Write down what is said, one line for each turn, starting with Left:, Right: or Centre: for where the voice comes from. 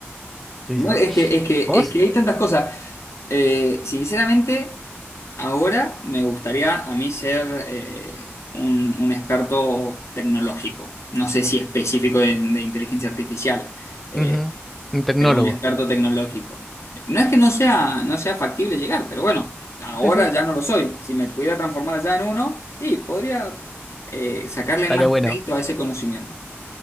Centre: sí,
Left: Bueno,
Centre: sí.
Left: es que, es que,
Centre: ¿Vos?
Left: es que hay tantas cosas. Eh, sinceramente, ahora me gustaría a mí ser eh, un, un experto tecnológico. No sé si específico de, de inteligencia artificial, eh,
Centre: Ujú, Un tecnólogo.
Left: pero un experto tecnológico. No es que no sea, no sea factible llegar, pero bueno, ahora
Centre: Sí, sí.
Left: ya no lo soy. Si me pudiera transformar ya en uno, y podría eh, sacarle
Centre: Estaría
Left: más
Centre: bueno.
Left: crédito a ese conocimiento.